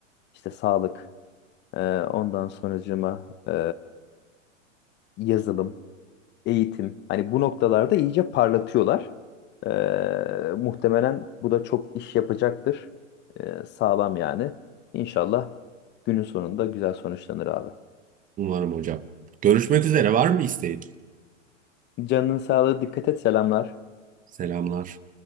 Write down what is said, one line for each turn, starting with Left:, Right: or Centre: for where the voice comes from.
Left: işte sağlık, e, ondan sonracığıma e, yazılım. eğitim. Hani bu noktalarda iyice parlatıyorlar. Ee, muhtemelen bu da çok iş yapacaktır. Ee, sağlam yani. İnşallah günün sonunda güzel sonuçlanır abi.
Right: umarım hocam. Görüşmek üzere var mı isteğin?
Left: Canının sağlığı dikkat et selamlar.
Right: Selamlar.